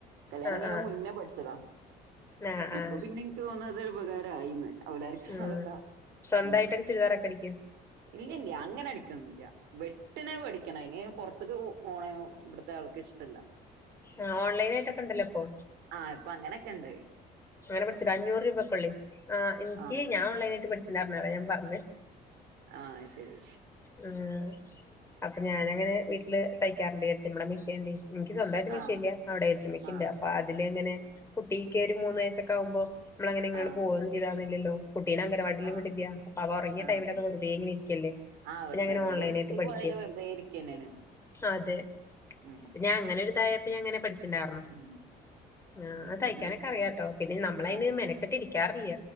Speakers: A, on the right; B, on the left.
A: കല്യാണം
B: ആഹ്
A: കയ്ണ
B: ആഹ്
A: മുന്നെ പഠിച്ചതാ
B: ആഹ് ആഹ്
A: ഇപ്പൊ പിന്നെ ഇൻക്ക് തോന്ന്ണത് ഉപകാരായീന്ന് അവതാര
B: ഉം
A: അവക്കാ
B: സ്വന്തമായിട്ടൊക്കെ
A: ഉം
B: ചുരിദാറൊക്കെ അടിക്കോ
A: ഇല്ലല്ല അങ്ങനെ അടിക്കൊന്നുല്ല വെട്ട്ണ വഠിക്കണ അയ്ന് പൊർത്ത്ക്ക് പോണ ഇവിട്ത്ത ആൾക്ക് ഇഷ്ട ഇപ്പല്ല
B: ആഹ് ഓൺലൈനായിട്ടൊക്ക ഇണ്ടല്ലൊ അപ്പൊ
A: ആഹ് ഇപ്പ അങ്ങനക്കണ്ട്
B: അങ്ങനെ പഠിച്ചുോ അഞ്ഞൂ അഞൂറ് രൂപക്കൊള്ളി ആഹ് ഇൻക്ക്
A: ആ
B: ഞാൻ ഓൺലൈനായിട്ട് പഠിച്ച് ന്നർഞ് ഞാൻ പർഞ്ഞ്
A: ആഹ് ശരി
B: ഉം അപ്പൊ ഞാനങ്ങനെ വീട്ട്ല് തയ്ക്കാറ്ണ്ട് ഏടത്ത്യമ്മടെ മീഷ്യണ്ടെ എനിക്ക് സ്വന്തായിട്ട് മിശീല്ല
A: ആ
B: അവടെ ഏട്ട്ത്ത്യമക്ക്ണ്ട്
A: ആ
B: അപ്പൊ അതില് എങ്ങനെ കുട്ടീക്ക് ഒരു മൂന്ന് വയസ്സൊക്കാവുമ്പൊ നമ്മളെ ഇങ്ങ്ടും
A: ആ
B: പോവും
A: അതെ
B: ചീതാവ്ണില്ലല്ലൊ കുട്ടീനെ അങ്ങ് വാടിലും
A: ആ
B: വിടില്ല അപ്പൊ ഒറങ്ങിയ
A: ആ
B: ടൈമിലൊക്കെ
A: അതെ
B: എങ്ങന ഇരിക്കല്ലെ
A: ആ വെറുതെ
B: പിന്ന അങ്ങനെ
A: ഇവല്
B: ഓൺലൈനായിട്ട്
A: സ്കൂളിൽ
B: പഠിക്കെ
A: പോയാല് വെറുതെ ഇരിക്കുക തന്നെയാണ്
B: അതെ
A: ഉം
B: പ്പഞാ അങ്ങനൊര്തായപ്പൊ ഞാ ഇങ്ങനെ പഠിച്ചിണ്ടായിർന്ന്
A: ഉം
B: ആഹ്
A: വീട്ടിലിങ്ങനെ
B: തൈയ്ക്കാനൊക്ക
A: ഇരിക്കുമ്പോ
B: അറിയാട്ടൊ പിന്നെ നമ്മളയ്ന്
A: ആ
B: മെനക്കെട്ടിരിക്കാറില്ല